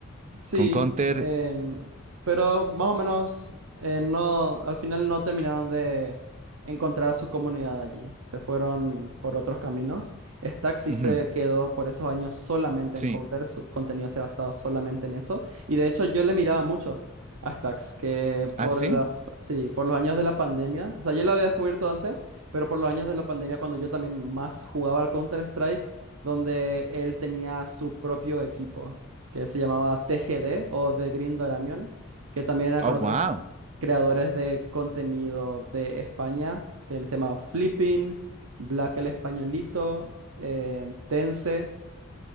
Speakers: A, on the right; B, on the right.
A: Sí,
B: con Conter.
A: en- pero más o menos eh, no, al final no terminaron de encontrar a su comunidad allí. Se fueron por otros caminos. Stack sí
B: Ujú,
A: se quedó por esos años solamente
B: Sí.
A: en Counter, su contenido se basaba solamente en eso. Y de hecho yo le miraba mucho a Stacks, que por
B: ¿Ah, sí?
A: los, sí, por los años de la pandemia, o sea, yo lo había descubierto antes, pero por los años de la pandemia, cuando yo también más jugaba al Counter-Strike, donde él tenía su propio equipo que se llamaba TGD o The Green Doramion, que también era
B: Oh,
A: con
B: wow.
A: otros creadores de contenido de España, que se llama Flipping, Black el Españolito, eh, Tense,